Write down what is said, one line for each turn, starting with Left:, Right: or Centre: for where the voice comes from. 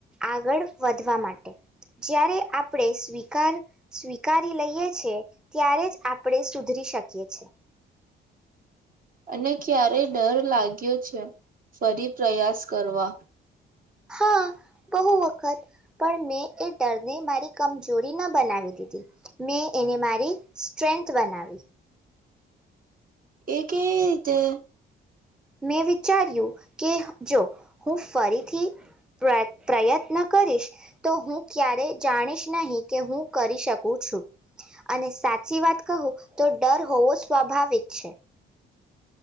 Centre: આગળ વધવા માટે જ્યારે આપણે સ્વીકાર સ્વીકારી લઈએ છે ત્યારે જ આપણે સુધરી શકીએ છે
Right: મને ક્યારે ડર લાગ્યો છે ફરી પ્રયાસ કરવા
Centre: હા બહુ વખત પણ મેં એ ડરને મારી કમજોરી ના બનાવી દીધી મેં એને મારી સ્ટ્રેન્થ બનાવી
Right: એ કેવી રીતે
Centre: મેં વિચાર્યું કે જો હું ફરીથી પ્ર પ્રયત્ન કરીશ તો હું ક્યારેય જાણીશ નહીં કે હું કરી શકું છું અને સાચી વાત કહું તો ડર હોવો સ્વાભાવિક છે